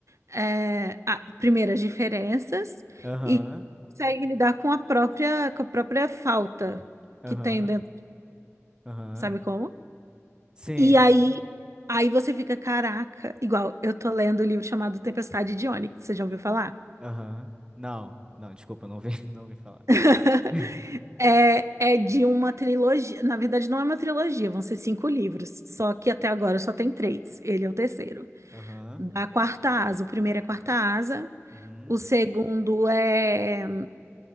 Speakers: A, on the right; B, on the right.
A: é, a, primeiro, as diferenças
B: Aham.
A: e conseguem lidar com a própria, com a própria falta
B: Aham.
A: que tem dentro
B: Aham.
A: Sabe como?
B: Sim.
A: E aí, aí você fica, caraca, igual eu tô lendo o livro chamado Tempestade de Ônix, você já ouviu falar?
B: Aham. Não. Não, desculpa, não ouvi, <laughs> não ouvi falar.
A: <laughs>
B: <laughs>
A: É, é de uma trilogia, na verdade não é uma trilogia, vão ser cinco livros, só que até agora só tem três, ele é o terceiro.
B: Aham.
A: Da Quarta Asa, o primeiro é Quarta Asa,
B: Uhum.
A: o segundo é,